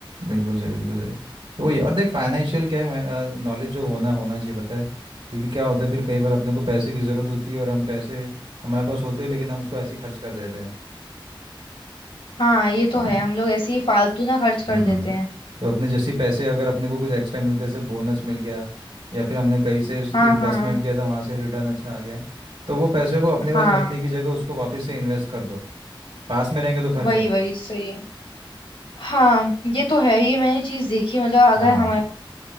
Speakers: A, on the right; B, on the left.
A: बिल्कुल सही बिल्कुल सही तो वही और देख फाइनेंशियल क्या है नॉलेज जो होना होना चाहिए पता है क्योंकि क्या होता है फिर कई बार अपने को पैसे की ज़रूरत होती है और हम पैसे हमारे पास होते हैं लेकिन हम उसको ऐसे ही खर्च कर देते
B: हाँ ये तो
A: हैं
B: है हम लोग ऐसे ही फालतू ना खर्च कर
A: हम्म
B: देते हैं
A: तो अपने जैसे पैसे अगर अपने को कुछ एक्स्ट्रा मिलता है जैसे बोनस मिल गया या फिर हमने कहीं से
B: हाँ
A: इन्वेस्टमेंट
B: हाँ
A: किया था वहाँ से रिटर्न अच्छा आ गया तो वो पैसे को अपने पास
B: हाँ
A: रखने की जगह उसको वापस से इन्वेस्ट कर दो पास में रहेंगे तो खर्च
B: वही
A: होंगे
B: वही सही है हाँ ये तो है ये मैंने चीज देखी मतलब अगर
A: हाँ
B: हमारे